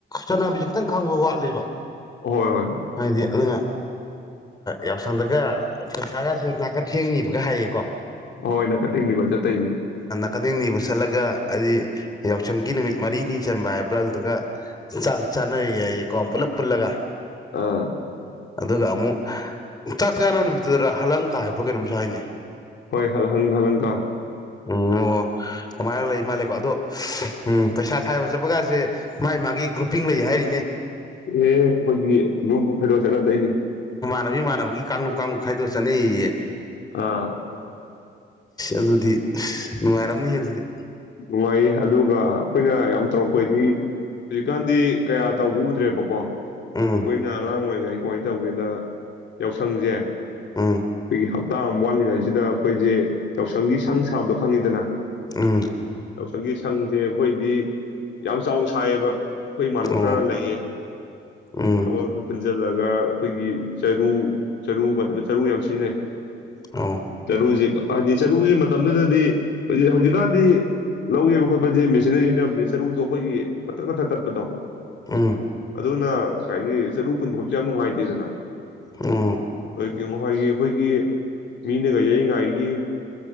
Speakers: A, on the left (about 20°); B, on the left (about 65°).
A: ꯆꯠꯅꯕꯤꯁꯦ ꯈꯤꯇꯪ ꯈꯥꯡꯕ ꯋꯥꯠꯂꯦꯕ
B: ꯍꯣꯏ ꯍꯣꯏ
A: ꯍꯥꯏꯗꯤ ꯑꯗꯨꯅ ꯌꯥꯎꯁꯪꯗꯒ ꯄꯩꯁꯥꯒꯁꯨꯦ ꯅꯥꯀ ꯊꯦꯡꯅꯤꯕꯒ ꯍꯥꯏꯌꯦꯀꯣ
B: ꯑꯣꯏ ꯅꯥꯀ ꯇꯦꯡꯅꯤꯕꯖꯇꯩꯅꯤ
A: ꯈꯗꯡ ꯅꯤꯕ ꯆꯠꯂꯒ ꯍꯥꯏꯗꯤ ꯌꯥꯎꯁꯪꯒꯤ ꯅꯨꯃꯤꯠ ꯃꯔꯤꯅꯤ ꯆꯟꯕ ꯍꯥꯏꯕ ꯕ꯭ꯔꯜꯗꯨꯒ ꯆꯥꯛ ꯆꯥꯅꯔꯤꯌꯦ ꯑꯩꯀꯣ ꯄꯨꯂꯞ ꯄꯨꯜꯂꯒ
B: ꯑꯥ
A: ꯑꯗꯨꯒ ꯑꯃꯨꯛ ꯆꯥꯛ ꯆꯥꯅꯕ ꯅꯨꯃꯤꯠꯇꯨꯗꯗ ꯍꯂꯪꯀ ꯍꯥꯏꯞꯕ꯭ꯔꯥ ꯀꯩꯅꯣꯝꯁꯨ ꯍꯥꯏꯅꯤ
B: ꯍꯣꯏ ꯍꯜ ꯍꯪ ꯍꯜꯂꯪꯀꯥ
A: ꯎꯝ ꯑꯣ ꯑꯗꯨꯃꯥꯏꯅ ꯂꯩ ꯃꯥꯜꯂꯦꯀꯣ ꯑꯗꯣ ꯎꯝ ꯄꯩꯁꯥ ꯈꯥꯏꯕ ꯆꯠꯄꯒꯥꯁꯦ ꯃꯥꯥꯏ ꯃꯥꯒꯤ ꯒ꯭ꯔꯨꯄꯤꯡ ꯂꯩ ꯍꯥꯏꯔꯤꯅꯦ
B: ꯑꯦ ꯑꯩꯈꯣꯏꯒꯤ ꯒꯨꯕꯨ ꯈꯩꯗꯣꯛ ꯆꯠꯅꯗꯣꯏꯅꯤ
A: ꯃꯥꯟꯅꯕꯤ ꯃꯥꯟꯅꯕ ꯀꯥꯡꯂꯨꯞ ꯀꯥꯡꯂꯨꯞ ꯈꯥꯏꯗꯣꯛ ꯆꯠꯅꯩ
B: ꯑꯥ
A: ꯑꯗꯨꯗꯤ ꯅꯨꯡꯉꯥꯏꯔꯝꯅꯤ ꯍꯦ ꯑꯗꯨꯗꯤ
B: ꯅꯨꯡꯉꯥꯏ ꯑꯗꯨꯒ ꯑꯩꯈꯣꯏꯅ ꯌꯥꯝ ꯇꯧꯔꯛꯄ ꯍꯥꯏꯗꯤ ꯍꯧꯖꯤꯛꯀꯥꯟꯗꯤ ꯀꯌꯥ ꯇꯧꯕ ꯎꯗ꯭ꯔꯦꯕꯀꯣ
A: ꯎꯝ
B: ꯀꯣꯏꯅ ꯑꯂꯥꯡ ꯑꯣꯏꯣꯏ ꯑꯩ ꯀꯃꯥꯏꯅ ꯇꯧꯒꯦꯗ ꯌꯥꯎꯁꯪꯁꯦ
A: ꯎꯝ
B: ꯑꯩ ꯍꯕ ꯄꯇꯥ ꯑꯃ ꯋꯥꯠꯂꯤꯉꯩꯁꯤꯗ ꯑꯩꯈꯣꯏꯁꯦ ꯌꯥꯎꯁꯪꯒꯤ ꯁꯪ ꯁꯥꯕꯗꯣ ꯈꯪꯉꯤꯗꯅ
A: ꯑꯝ
B: ꯌꯥꯎꯁꯪꯒꯤ ꯁꯪꯁꯦ ꯑꯩꯈꯣꯏꯗꯤ ꯌꯥꯝ ꯆꯥꯎꯅ ꯁꯥꯏꯌꯦꯕ ꯑꯩꯈꯣꯏ ꯏꯃꯥꯅꯣ
A: ꯑꯣ
B: ꯈꯔ ꯂꯩꯌꯦ
A: ꯎꯝ
B: ꯑꯃ ꯑꯩꯈꯣꯏ ꯄꯨꯟꯁꯤꯜꯂꯒ ꯑꯩꯈꯣꯏꯒꯤ ꯆꯔꯨ ꯆꯔꯨ ꯃꯇꯝꯗ ꯆꯔꯨ ꯌꯥꯝ ꯁꯤꯖꯤꯟꯅꯩ
A: ꯑꯣ
B: ꯇꯅꯖꯤ ꯍꯥꯏꯗꯤ ꯆꯔꯨꯁꯤ ꯃꯇꯝꯗꯨꯗꯗꯤ ꯍꯧꯖꯤꯛ ꯍꯧꯖꯤꯛꯀꯥꯟꯗꯤ ꯂꯧꯒꯦꯕ ꯈꯣꯠꯄꯁꯦ ꯃꯦꯆꯤꯟꯅ ꯌꯦꯟꯅꯕꯅꯤ ꯆꯔꯨꯗꯣ ꯑꯩꯈꯣꯏꯒꯤ ꯃꯊꯛ ꯃꯊꯛ ꯇꯠꯄꯗꯣ
A: ꯎꯝ
B: ꯑꯗꯨꯅ ꯀꯩꯅꯤ ꯆꯔꯨ ꯄꯨꯟꯐꯥꯎꯁꯨ ꯌꯥꯝ ꯅꯨꯡꯉꯥꯏꯇꯦꯗꯅ
A: ꯑꯣ
B: ꯍꯧꯖꯤꯛꯇꯤ ꯃꯈꯣꯏꯒꯤ ꯑꯩꯈꯣꯏꯒꯤ ꯃꯤꯅꯒ ꯌꯔꯤꯉꯩꯒꯤ